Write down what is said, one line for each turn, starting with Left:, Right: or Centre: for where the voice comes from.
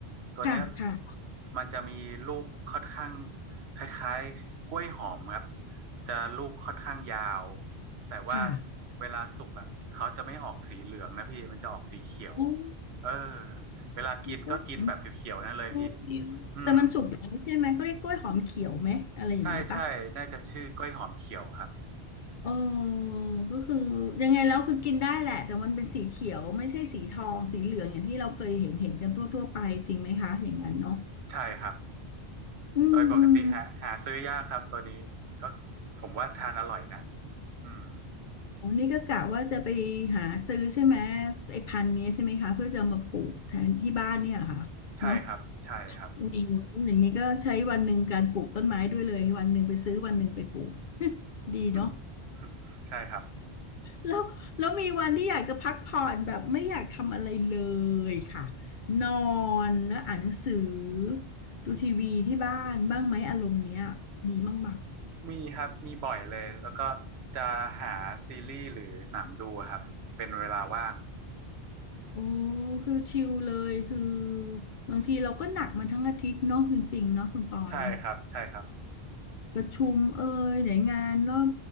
Right: ตัวเนี้ย
Left: ค่ะค่ะ
Right: มันจะมีลูกค่อนข้างคล้ายๆกล้วยหอมครับจะลูกค่อนข้างยาว แต่ว่า
Left: ค่ะ
Right: เวลาสุกอ่ะเขาจะไม่ออกสีเหลืองนะพี่มันจะออกสีเขียว
Left: อืม
Right: เออเวลากินก็กินแบบเขียวๆนั่นเลยพี่
Left: กล้วยหอมเขียวแต่มันสุกแล้วใช่ไหมเขาเรียกกล้วยหอมเขียวไหมอะไรอย่างนี้ปะ
Right: อืมใช่ใช่น่าจะชื่อกล้วยหอมเขียวครับ
Left: เออก็คือยังไงแล้วคือกินได้แหละแต่มันเป็นสีเขียวไม่ใช่สีทองสีเหลืองอย่างที่เราเคยเห็นเห็นกันทั่วๆไปจริงไหมคะอย่างนั้นเนาะ
Right: ใช่ครับ
Left: อืมอืม
Right: โดยปกติหาหาซื้อยากครับตัวนี้ก็ผมว่าทานอร่อยนะอืม
Left: โอ้นี่ก็กะว่าจะไปหาซื้อใช่ไหมไอ้พันธุ์นี้ใช่ไหมคะเพื่อจะเอามาปลูกแทนที่บ้านเนี่ยเหรอคะเนาะ
Right: ใช่ครับใช่ครับ
Left: อืมอย่างนี้ก็ใช้วันหนึ่งการปลูกต้นไม้ด้วยเลยวันหนึ่งไปซื้อวันหนึ่งไปปลูก <laughs>
Right: <laughs>
Left: ดีเนาะ
Right: อืมใช่ครับ
Left: แล้วแล้วมีวันที่อยากจะพักผ่อนแบบไม่อยากทำอะไรเลยค่ะนอนแล้วอ่านหนังสือดูทีวีที่บ้านบ้างไหมอารมณ์เนี้ยมีบ้างไหม
Right: มีครับมีบ่อยเลยแล้วก็จะหาซีรีส์หรือหนังดูครับเป็นเวลาว่าง
Left: โอ้คือชิลเลยคือบางทีเราก็หนักมันทั้งอาทิตย์เนาะจริงๆเนาะคุณปอเนาะ
Right: ใช่ครับใช่ครับ
Left: ประชุมเอ่ยไหนงานรอบ